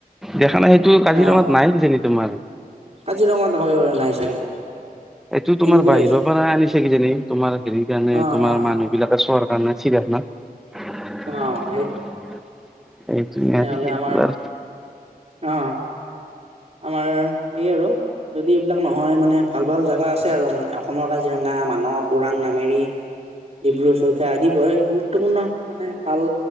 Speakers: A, in the centre; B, on the right (about 45°).
A: দেখা নাই সেইটো কাজিৰঙাত
B: অ
A: নাই কিজানি তোমাৰ?
B: কাজিৰঙাত হয়, হয় নাই চাগে।
A: এইটো তোমাৰ
B: এনেকুৱাই
A: বাহিৰৰ
B: হৈছে
A: পৰা আনিছে কিজানি তোমাৰ হেৰি কাৰণে
B: অ
A: তোমাৰ
B: অ
A: মানুহ বিলাকে চোঁৱাৰ কাৰণে চিৰিয়াখানাত।
B: অ সেইটো
A: এইটোৱে
B: তেনেহলে
A: আজি দিনটো
B: আমাৰ
A: আ
B: অ। আমাৰ এই আৰু যদি এইবিলাক নহয় মানে ভাল ভাল জাগা আছে আৰু মানে অসমৰ কাজিৰঙা, মানস ওৰাং, নামেৰি। ডিব্ৰু-চৈখোৱা আদি বৰ গুৰুত্বপূৰ্ণ মানে ভাল